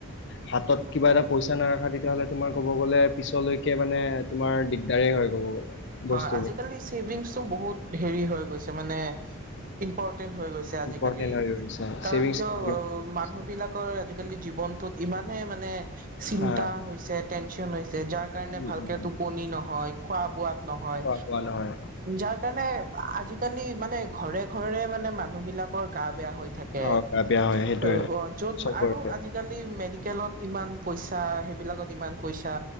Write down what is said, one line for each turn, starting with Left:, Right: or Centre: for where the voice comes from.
Left: হাতত কিবা এটা পইচা নাৰাখা তেতিয়াহলে তোমাৰ ক'ব গলে পিছলৈকে মানে তোমাৰ দিগদাৰে হয় ক'ব গলে। বস্তুবোৰ
Right: হয়, আজিকালি ছেভিংছটো বহুত হেৰি হৈ গৈছে মানে ইম্পৰটেন্ট হৈ গৈছে। চে আজিকালি,
Left: ইম্পৰ্টেণ্ট হৈ গৈছে
Right: কাৰণ
Left: ছেভিংছ
Right: কিয়
Left: বহুত
Right: অ
Left: ইম্পৰ্টেণ্ট হৈছে
Right: মানুহ বিলাকৰ আজিকালি জীৱনটোত ইমানে মানে চিন্তা
Left: হা
Right: হৈছে টেনচন হৈছে যাৰ কাৰণে
Left: উম,
Right: ভালকে
Left: উম, উম।
Right: টোপনি নহয় খোৱা বোৱা নহয়,
Left: খোৱা বোৱা নহয়
Right: যাৰ কাৰণে আজিকালি মানে ঘৰে ঘৰে মানে মানে মানুহ বিলাকৰ গা বেয়া হৈ থাকে
Left: অ গা বেয়া হয় সেইটোয়ে
Right: অঁ অঁ য'ত
Left: চবৰে
Right: আৰু আজিকালি মেডিকেলত ইমান পইচা সেইবিলাকত ইমান পইচা